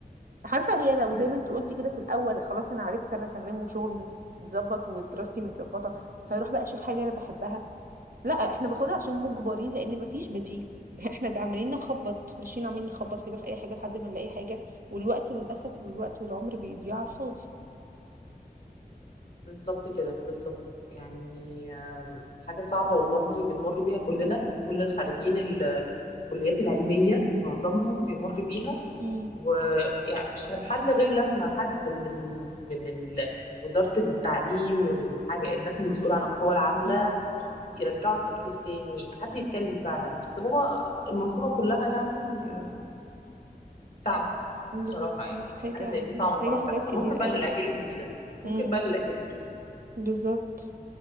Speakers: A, on the right; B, on the left.
A: عارفه هي لو زي
B: تاني
A: ما انت قلتي كده في الاول خلاص انا عرفت انا تمام وشغلي متظبط ودراستي متظبطه فاروح بقى اشوف حاجه انا بحبها لا احنا باخدها عشان مجبرين لان مفيش بديل <laughs> احنا ده عمالين نخبط ماشيين عمالين نخبط كده في اي حاجه لحد ما نلاقي حاجه والوقت والاسف والوقت والعمر بيضيع على الفاضي
B: بالظبط كده بالظبط يعني آم، حاجة صعبة والله بنمر بيها كلنا كل الخريجين ال- الكليات العلمية معظمهم بيمر بيها
A: امم
B: ويعني مش هتتحل غير لما حد من ال... من ال... وزارة التعليم من حاجة الناس المسؤولة عن القوى العاملة
A: امم
B: يرجعوا التكليف تاني حد يتكلم فعلا بس هو المنظومة كلها يعني آه، تعب
A: بالظبط
B: بصراحة يعني
A: محتاجه
B: يعني حاجة زي دي
A: محتاجه
B: صعبة خلاص
A: حاجات
B: تحصل
A: كتير
B: ممكن بقى
A: قوي
B: للأجيال الجديدة ممكن
A: امم
B: بقى للأجيال الجديدة
A: بالظبط